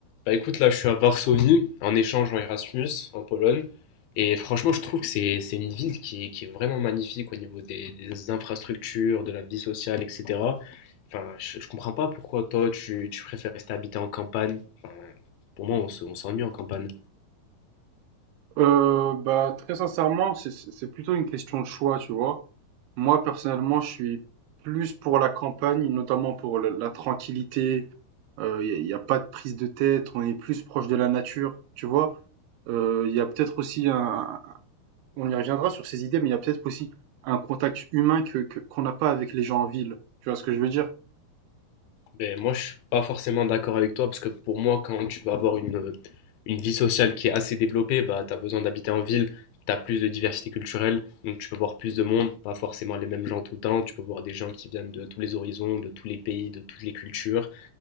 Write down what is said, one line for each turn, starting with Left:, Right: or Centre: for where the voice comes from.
Left: Bah écoute, là, je suis à Varsovie, en échange en Erasmus, en Pologne. Et franchement, je trouve que c'est c'est une ville qui, est- qui est vraiment magnifique au niveau des, des infrastructures, de la vie sociale, etc. Enfin, je, je comprends pas pourquoi toi, tu, tu préfères rester habiter en campagne. Enfin, pour moi, on se- on s'ennuie en campagne.
Right: Euh, bah, très sincèrement, c'est c'est- c'est plutôt une question de choix, tu vois. Moi, personnellement, je suis plus pour la campagne, notamment pour la, la tranquillité. Il n'y a, y a pas de prise de tête, on est plus proche de la nature, tu vois. Il y a peut-être aussi un, on y reviendra sur ces idées, mais il y a peut-être aussi un contact humain que, que- qu'on n'a pas avec les gens en ville. Tu vois ce que je veux dire?
Left: Ben, moi, je suis pas forcément d'accord avec toi parce que pour moi, quand tu vas avoir une, une vie sociale qui est assez développée, bah, tu as besoin d'habiter en ville, tu as plus de diversité culturelle, donc tu peux voir plus de monde, pas forcément les mêmes gens tout le temps, tu peux voir des gens qui viennent de tous les horizons, de tous les pays, de toutes les cultures.